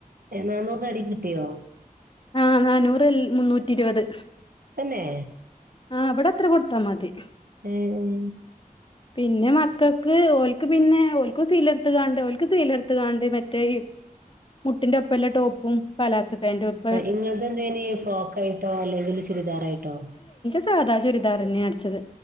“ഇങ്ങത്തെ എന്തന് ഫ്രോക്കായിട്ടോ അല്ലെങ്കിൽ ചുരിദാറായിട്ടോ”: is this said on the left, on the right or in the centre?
Right